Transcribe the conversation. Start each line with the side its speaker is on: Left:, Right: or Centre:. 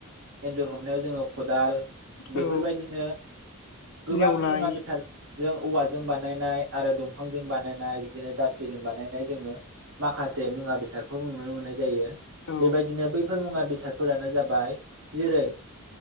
Right: एन्जर हमनायाव जोङो खदाल, बेफोरबायदि
Left: औ
Right: नो गोबां
Left: नेवलाय
Right: मुवा बेसाद जों औवाजों बानायनाय आरो दंफांजों बानायनाय बिदिनो दाथुजों बानायनाय जोङो माखासे मुवा बेसादफोर नुनो मोननाय जायो।
Left: औ
Right: बेबायदिनो बैफोर मुवा बेसादफोरानो जाबाय जेरै